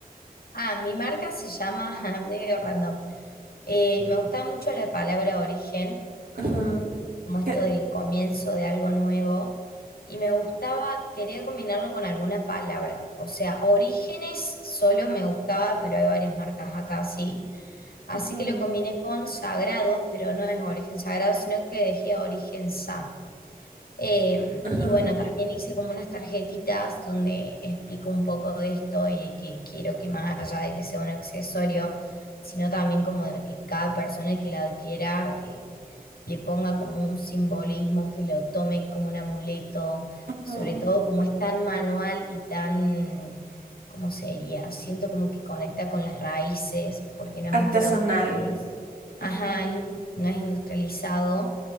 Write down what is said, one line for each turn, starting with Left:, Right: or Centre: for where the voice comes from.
Left: Ah, mi marca se llama, <laughs> medio random. Eh, me gustaba mucho la palabra origen
Right: Ajá.
Left: como esto
Right: ¿Qué?
Left: del comienzo de algo nuevo, y me gustaba, quería combinarlo con alguna palabra, o sea, Orígenes solo me gustaba, pero hay varias marcas acá, sí, así
Right: Ujú,
Left: que lo combiné con Sagrado, pero no es Origen Sagrado, sino que dejé Origen Sa. Eh,
Right: Ajá.
Left: y bueno, también hice como unas tarjetitas donde explico un poco de esto y que quiero que más allá de que sea un accesorio, sino también como de que cada persona que la adquiera eh, le ponga como un simbolismo, que lo tome como un amuleto,
Right: ujú.
Left: sobre todo como es tan manual y tan, ¿cómo sería? Siento como que conecta con las raíces, porque no
Right: Artesanal.
Left: es un producto que es,
Right: Ajá.
Left: ajá, in- no es industrializado